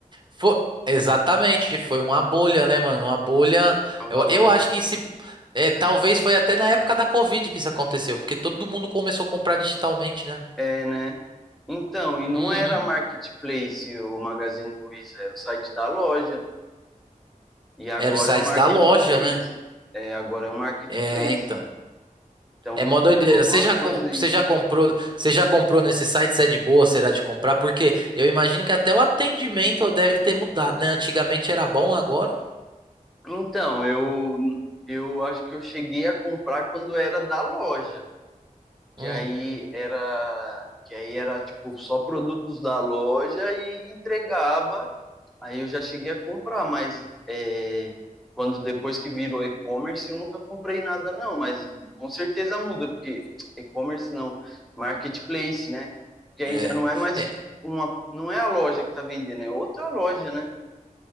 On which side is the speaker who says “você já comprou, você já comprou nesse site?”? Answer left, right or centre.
Right